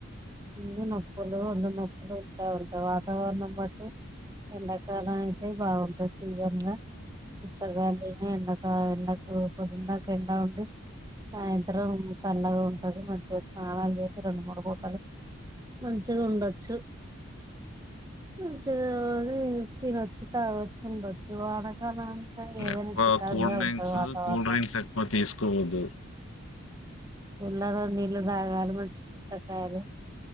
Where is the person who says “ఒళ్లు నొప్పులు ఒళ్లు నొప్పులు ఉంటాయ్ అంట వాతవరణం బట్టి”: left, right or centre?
Right